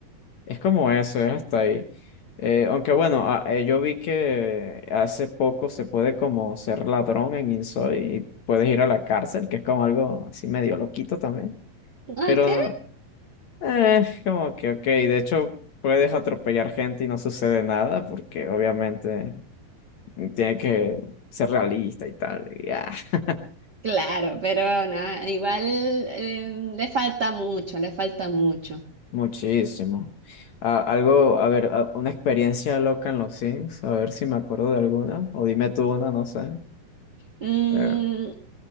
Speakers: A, on the left; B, on the right.
A: Es como eso, es hasta ahí. Eh, aunque bueno, a- eh, yo vi que hace poco se puede como ser ladrón en Insoy y puedes ir a la cárcel, que es como algo así medio loquito también.
B: Ok,
A: Pero eh, es como que, ok, de hecho puedes atropellar gente y no sucede nada porque obviamente tiene que ser realista y tal. y ya. <laughs>
B: claro, pero no, igual em, le falta mucho, le falta mucho.
A: Muchísimo. Ah, algo, a ver, ah, una experiencia loca en los Sims, a ver si me acuerdo de alguna, o dime tú una, no sé.
B: Mm,
A: Eh,